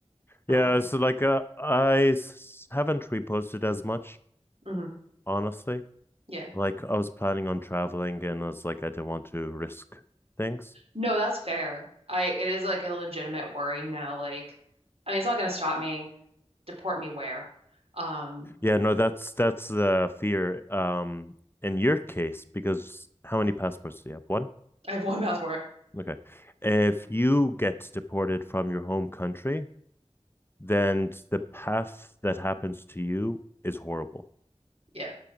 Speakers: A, on the left (about 20°); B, on the right (about 60°).
A: Yeah.
B: Um,
A: So like, uh, I s- haven't reposted as much,
B: mhm,
A: honestly.
B: yeah,
A: Like I was planning on traveling and I was like I didn't want to risk things.
B: no, that's fair. I it is like a legitimate worry now. Like, I mean, it's not going to stop me. Deport me where? Um,
A: Yeah, no, that's that's the fear. Um in your case, because how many passports do you have? One?
B: I have one <laughs> passport.
A: Okay. If you get deported from your home country, then the path that happens to you is horrible.
B: Yeah,